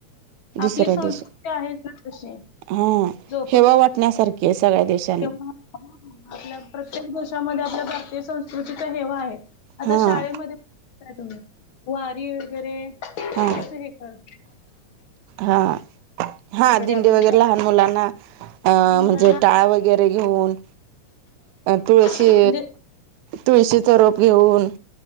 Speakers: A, on the right; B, on the left.
A: दुसऱ्या
B: आपली संस्कृती
A: देश
B: आहे ना कशी
A: हा
B: झोप
A: हेवा वाटण्यासारखी आहे सगळ्या देशात.
B: तेव्हा आपल्या प्रत्येक देशामध्ये आपल्या भारतीय संस्कृतीचा हेवा आहे, आता
A: हा
B: शाळेमध्ये तुम्ही वारी वगैरे कसं
A: हां
B: हे कर
A: हा हा दिंडी
B: आपल्या
A: वगैरे
B: शाळेत
A: लहान मुलांना अ
B: लहान मुलांना
A: म्हणजे टाळ वगैर वगैरे घेऊन तुळशी
B: म्हणजे
A: तुळशी सरोप घेऊन